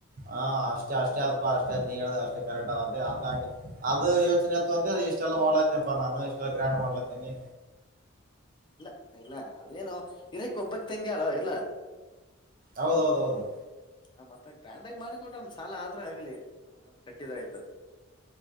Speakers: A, on the right (about 40°); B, on the left (about 25°).
A: ಹಾ ಅಷ್ಟೇ ಅಷ್ಟೇ ಅದ್ಪಾ ಅಷ್ಟೇ ಅ್ ನೀ ಹೇಳ ಅಷ್ಟೇ ಕರೆಕ್ಟ್ ಆದ ಅದಂಗೆ ಅದು ಯೋಚನೆತ್ತು ಅಂತ ಇಷ್ಟೆಲ್ಲ ಮಾಡ್ಲಾತೀನಿಪ್ಪ ನಾನು ಇಷ್ಟೆಲ್ಲ ಗ್ರ್ಯಾಂಡ್ ಮಾಡ್ಲಾತೀನಿ
B: ಇಲ್ಲ ಇಲ್ಲ ಯೇನು ಇರಕ್ ಒಬ್ಬಕ್ ತಂಗಿ ಅಳ ಇಲ್ಲ
A: ಹೌದೌದೌದು
B: ಆ ಮತ್ತೆ ಗ್ರ್ಯಾಂಡ್ ಆಗ ಮಾಡಿಕ ಕೊಟ್ರ ಅವಂದ್ ಸಾಲ ಆದ್ರ ಆಗ್ಲಿ ಅವ ಕಟ್ಟಿದ್ರ ಆಯ್ತು